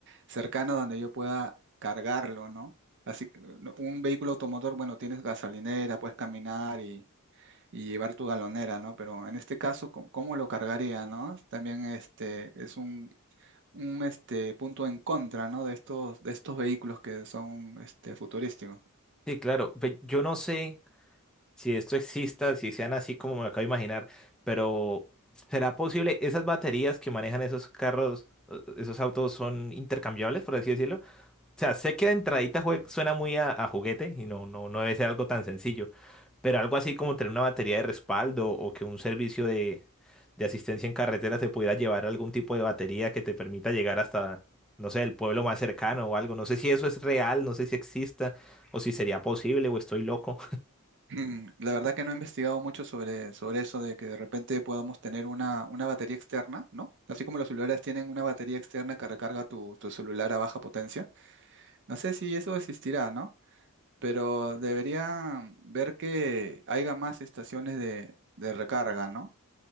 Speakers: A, on the right; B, in the centre.
A: cercano donde yo pueda cargarlo, ¿no? Así, que, no, un vehículo automotor, bueno, tienes gasolinera, puedes caminar y, y llevar tu galonera, ¿no? Pero en este caso, ¿cómo, cómo lo cargaría, ¿no? También este es un un este punto en contra, ¿no? De estos, de estos vehículos que son este, futurísticos. <laughs>
B: Sí, claro. Pe- Yo no sé si esto exista, si sean así como me acabo de imaginar, pero ¿será posible? ¿Esas baterías que manejan esos carros, eh, esos autos son intercambiables, por así decirlo? O sea, sé que de entradita jue- suena muy a, a juguete y no, no, no debe ser algo tan sencillo, pero algo así como tener una batería de respaldo o que un servicio de, de asistencia en carretera te pudiera llevar algún tipo de batería que te permita llegar hasta, no sé, el pueblo más cercano o algo. No sé si eso es real, no sé si exista o si sería posible o estoy loco.
A: Mm, La verdad que no he investigado mucho sobre, sobre eso de que de repente podamos tener una, una batería externa, ¿no? Así como los celulares tienen una batería externa que recarga tu, tu celular a baja potencia. No sé si eso existirá, ¿no? Pero debería ver que haya más estaciones de, de recarga, ¿no?